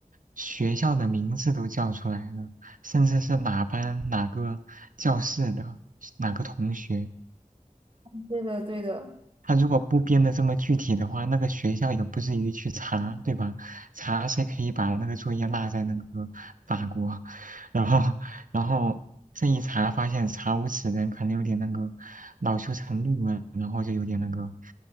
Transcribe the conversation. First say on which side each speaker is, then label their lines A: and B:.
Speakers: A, on the right (about 70°); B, on the right (about 40°).
A: 学校的名字都叫出来了，甚至是哪班哪个教室的哪个同学，
B: 对的，对的。
A: 他如果不编的这么具体的话，那个学校也不至于去查，对吧？查谁可以把那个作业落在那个法国，然后，然后这一查发现查无此人，可能有点那个恼羞成怒了，然后就有点那个，